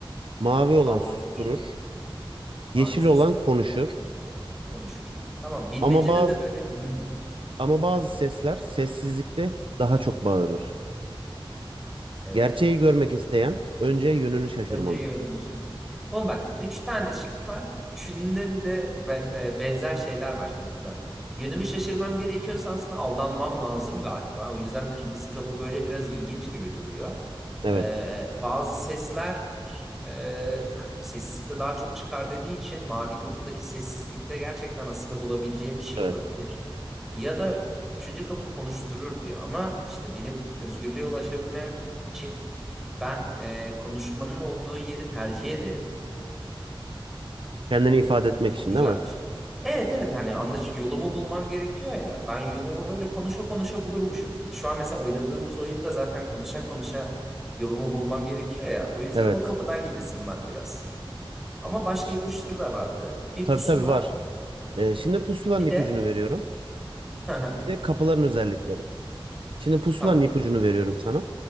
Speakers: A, on the right (about 65°); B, in the centre.
A: Mavi olan
B: Aldatır.
A: susturur. Yeşil
B: Mavi susturur.
A: olan konuşur.
B: Aynen. Konuşur. Tamam bilmecede
A: Ama bazı
B: de böyle hmm,
A: ama bazı sesler sessizlikte daha çok bağırır.
B: Evet.
A: Gerçeği görmek isteyen önce yönünü şaşırmalı.
B: Önce yolunu şaşırmak. Oğlum bak üç tane şık var. Üçünden de be- be- benzer şeyler var şimdi burada. Yönümü şaşırmam gerekiyorsa aslında aldanmam lazım galiba. O yüzden kırmızı kapı böyle biraz ilginç gibi duruyor.
A: Evet.
B: Ee, bazı sesler e, k- sessizlikte daha çok çıkar dediği için mavi kapıdaki sessizlikte gerçekten aslında bulabileceğim bir şey
A: Evet.
B: olabilir. Ya da üçüncü kapı konuşturur diyor ama işte benim özgürlüğe ulaşabilmem için ben e, konuşmanın olduğu yeri tercih ederim.
A: Kendini ifade etmek
B: Çok
A: için
B: güzelmiş.
A: değil mi?
B: Evet evet hani anlaş yolumu bulmam gerekiyor ya. Ben yolumu böyle konuşa konuşa bulurmuşum. Şu an mesela oynadığımız oyunda zaten konuşa konuşa yolumu bulmam gerekiyor ya. O yüzden
A: Evet.
B: o kapıdan gidesim var biraz. Ama başka
A: Ş-
B: ipuçları da vardı. Bir
A: Tabii
B: pusula,
A: tabii var. E, şimdi pusulanın
B: bir
A: ipucunu
B: de
A: veriyorum.
B: <laughs> Hı hı,
A: Bir de kapıların özellikleri. Şimdi pusulanın
B: tamam.
A: ipucunu veriyorum sana.